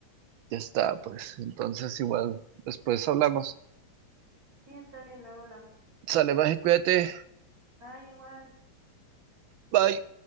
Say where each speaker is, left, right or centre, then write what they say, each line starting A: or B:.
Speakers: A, on the right (about 80°); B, on the right (about 45°).
A: Ya está, pues, entonces igual, después hablamos.
B: Sí, está bien, luego hablamos.
A: Sale, baje, cuídate,
B: Ah, igual.
A: bye.